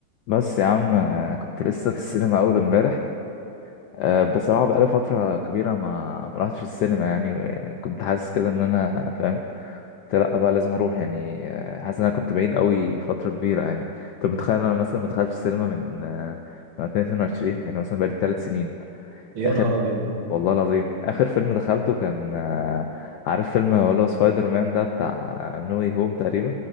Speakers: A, on the left (about 80°); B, on the right (about 85°).
A: بس يا عم آه، كنت لسه في السينما اول امبارح آه، بصراحه بقالي فتره كبيره ما ما رحتش السينما يعني و- كنت حاسس كده ان انا فاهم قلت لا بقى لازم اروح يعني آه، حاسس ان انا كنت بعيد قوي فتره كبيره يعني انت متخيل إن انا مثلا ما دخلتش السينما من آه، من 2022 يعني مثلا بقالي ثلاث سنين
B: يا
A: اخر
B: نهار ابيض
A: والله العظيم اخر فيلم دخلته كان آه، عارف فيلم اللي هو سبايدر مان ده بتاع نو واي هوم تقريبا